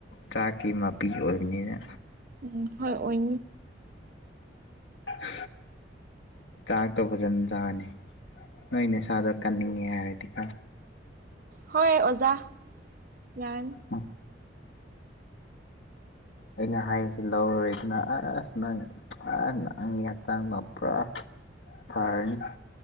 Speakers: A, on the left; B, on the right.
A: ꯆꯥꯛꯀꯤ ꯃꯄꯤ ꯑꯣꯏꯕꯅꯤꯅ
B: ꯎꯝ ꯍꯣꯏ ꯑꯣꯏ
A: ꯎ ꯆꯥꯛꯇꯣ ꯐꯖꯅ ꯆꯥꯕꯅꯤ ꯅꯣꯏ ꯅ ꯁꯥꯥꯗꯣ ꯀꯟꯅꯤꯡꯉꯦ ꯍꯥꯏꯔꯗꯤꯀꯣ
B: ꯍꯣꯏ ꯑꯣꯖꯥ ꯌꯥꯟ
A: ꯎꯝ ꯑꯩꯅ ꯍꯥꯏꯔꯤꯁꯤ ꯂꯧꯔꯔꯣꯏꯗꯅ ꯑꯁ ꯅꯪ ꯑ ꯅꯪꯒꯤ ꯍꯛꯆꯥꯡꯗ ꯄꯨꯔꯥ ꯐꯔꯅꯤ